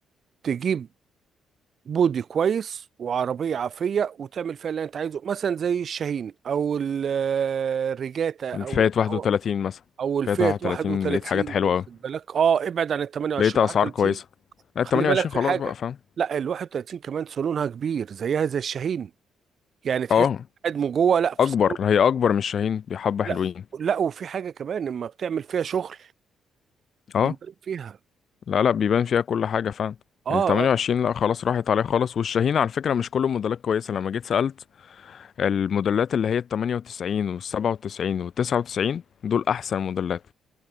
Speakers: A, on the right (about 50°); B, on the left (about 55°).
A: تجيب بودي كويس وعربية عافية وتعمل فيها اللي أنت عايزه مثلا زي الشاهين أو ال- آه، الريجاتا أو
B: فئة 31
A: أو
B: مثلا
A: أو الفئة
B: فئة 31
A: 31
B: لقيت حاجات حلوة
A: واخد
B: أوي
A: بالك اه ابعد عن ال 28
B: لقيت أسعار
A: 31
B: كويسة لا
A: خلي
B: 28
A: بالك في
B: خلاص
A: حاجة
B: بقى فاهم
A: لا ال 31 كمان صالونها كبير زيها زي الشاهين يعني تحس
B: اه آه.
A: قاعد من جوه لا في
B: أكبر
A: صالون
B: هي أكبر من الشاهين بحبة
A: لا
B: حلوين
A: لا وفي حاجه كمان لما بتعمل فيها شغل
B: اه
A: بيبان فيها
B: لا لا بيبان فيها كل حاجة فاهم
A: اه
B: ال 28
A: اه
B: لا خلاص راحت عليه خالص والشاهين على فكرة مش كل الموديلات كويسة لما جيت سألت الموديلات اللي هي ال 98 وال 97 وال 99 دول أحسن موديلات